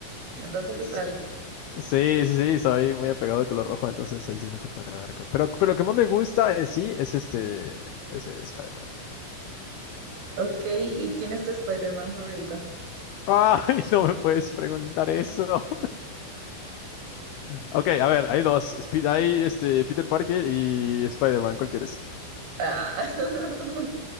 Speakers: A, on the right (about 80°); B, on the left (about 85°).
A: En rojo le
B: s-
A: sale.
B: Sí, sí, sí, soy muy apegado al color rojo, entonces ahí sí no te podría dar... co- Pero, pero lo que más me gusta en sí es este, ese Spider-Man.
A: Ok, ¿y quién es tu Spider-Man favorito?
B: Ay, <laughs> no me puedes preguntar eso. Ok, a ver, hay dos. Spi- Hay este, Peter Parker y Spider-Man, ¿cuál quieres?
A: Ah. <laughs>